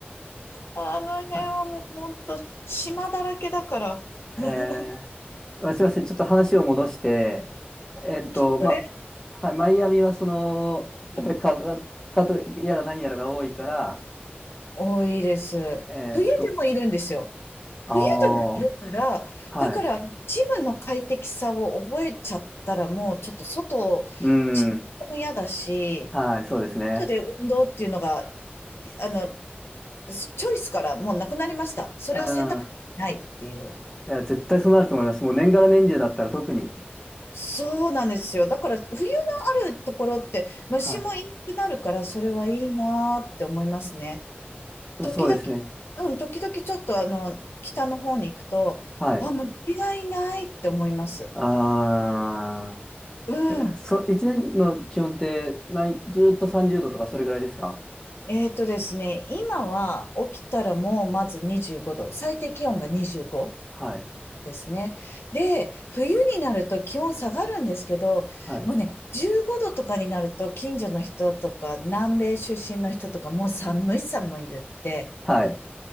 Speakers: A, on the left; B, on the left.
A: あの辺はもう本当島だらけだから。
B: あ、
A: <laughs>
B: へえ。あすいません。ちょっと話を戻して、えっと、
A: うん、筋トレ
B: ま、はい、マイアミはその、やっぱりカザカとやら何やらが多いから、
A: うん多いです。
B: えっと、
A: 冬でもいるんですよ。
B: ああ、
A: 冬でもいるから、
B: はい。
A: だからジムの快適さを覚えちゃったらもうちょっと外、
B: うん、
A: 自宅も嫌だし、
B: はい、そうですね。
A: 外で運動っていうのが、あの、チョイスからもうなくなりました。それは選択肢にないっていう。
B: うん。いや、絶対そうなると思います。もう年がら年中だったら特に。
A: そうなんですよ。だから冬のあるところって虫もいなくなるからそれはいいなーって思いますね。
B: はい。あそうですね。
A: 時々、うん、時々ちょっとあの北の方に行くと、
B: はい。
A: あ、虫がいないって思います。
B: あ
A: うん。
B: ー、そ、一年の気温って、まあ、ずっと30度とかそれぐらいですか
A: えーとですね、今は起きたらもうまず25度、最低気温が25。
B: はい。
A: ですね。で、冬になると気温下がるんですけど、
B: はい。
A: もうね、15度とかになると近所の人とか南米出身の人とかもう寒い寒い言って、
B: はい。